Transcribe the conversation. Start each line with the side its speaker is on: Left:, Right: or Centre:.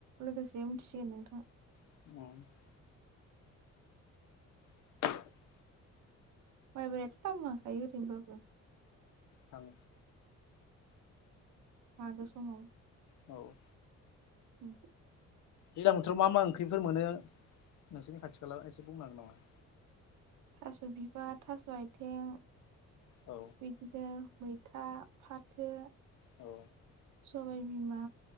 Right: लोगोसे मिथिसिगोन नोंथां।
Left: <unintelligible> <inaudible>
Right: माइब्रायाथ' दाम लाखायो ओरैनोबाबो।
Left: थां
Right: मागो समाव
Left: औ
Right: उम।
Left: दैलां बोथोराव मा मा ओंख्रिफोर मोनो नोंसोरनि खाथि खाला एसे बुंनो हागोन नामा?
Right: थास' बिबार थास' आयथिं
Left: औ
Right: बिदिनो मैथा फाथो
Left: औ
Right: सबाय बिमा